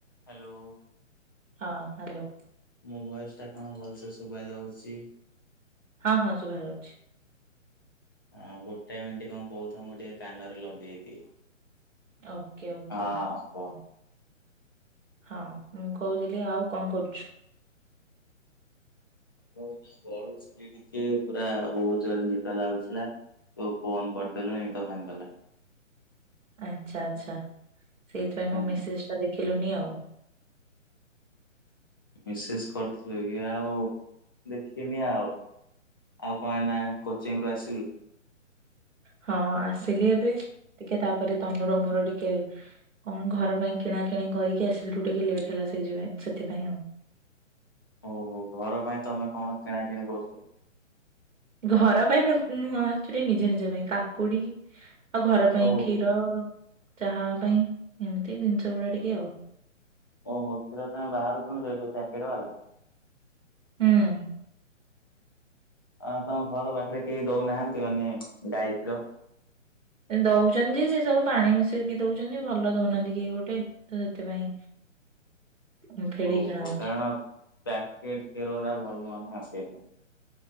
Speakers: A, on the left; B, on the right.
A: Hello.
B: ହଁ hello.
A: ମୋ voice ଟା କଣ ଭଲସେ ଶୁଭା ଯାଉଛି?
B: ହଁ ହଁ ଶୁଭା ଯାଉଛି।
A: ଆଁ ଗୋଟେ ମି଼ଣ୍ଟି କଣ କହୁଥାଅ ମୁଁ ଟିକେ କାନରେ ଲଗେଇଦିଏ।
B: Okay okay.
A: ହଁ କହ?
B: ହଁ ହଁ ମୁଁ କହୁଥିଲି ଆଉ କଣ କରୁଛୁ?
A: ମୁଁ ଏବେ ଗଡ଼ୁଥିଲି। <unintelligible> ଟିକେ ପୁରା ବହୁତ ଜୋରେ ନିଦ ଲାଗୁଥିଲା ତୁ ଫୋନ କରିଦେଲୁ ନିଦ ଭାଙ୍ଗିଗଲା।
B: ଆଚ୍ଛା ଆଚ୍ଛା ସେଇଥିପାଇଁ
A: ହଁ
B: ମୋ ମେସେଜ ଟା ଦେଖିଲୁନି ଆଉ।
A: ମେସେଜ କରିଥିଲୁ କି ଆଉ ଦେଖିନି ଆଉ। ଆଉ କଣ ଏଇନା କୋଚିଂ ରୁ ଆସିଲୁ?
B: ହଁ ଆସିଲି ଏବେ ଟିକେ ତାପରେ ତମର ମୋର ଟିକେ କଣ ଘର ପାଇଁ କିଣା କିିଣି କରିକି ଆସିଲି ତ ଟିକେ ଲେଟ୍ ହେଲା ସେଇ ଯ ସେଥିପାଇଁ ଆଉ।
A: ଓହୋ ଘର ପାଇଁ ତମେ କଣ କିଣାକିଣି କରୁଛ?
B: ଘର ପାଇଁ ନୁହଁ ମୁଁ ଆକଚୁଆଲି ନିଜେ ନିଜ ପାଇଁ। କାକୁଡି ଆଉ ଘର ପାଇଁ
A: ଓହୋ
B: କ୍ଷୀର ଚାହା ହବା ପାଇଁ ଏମିତି ଜିନିଷ ଗୁଡା ଟିକେ ଆଉ।
A: ଓ କ୍ଷୀର ତମେ ବାହାରୁ କିଣି ଦଉଛ ପକେଟ ବାଲା?
B: ହଁ।
A: ଆଁ ତମ ଘର ପାଖରେ କେହି ଦଉନାହାନ୍ତି ମାନେ ଗାଈ କ୍ଷୀର?
B: ଦଉଛନ୍ତି ସେ ସବୁ ପାଣି ମିଶେଇକି ଦଉଛନ୍ତି ଭଲ ଦଉନାହାନ୍ତି କେହି ଗୋଟେ। ତ ସେଥିପାଇଁ। ଫେଡିକି
A: ଓହୋ
B: କିଣା ହଉଛି
A: କାରଣ ପ୍ୟାକେଟ କ୍ଷୀର ଗୁରା ଭଲ ନୁହେଁ ନା ସେଇପାଇଁ।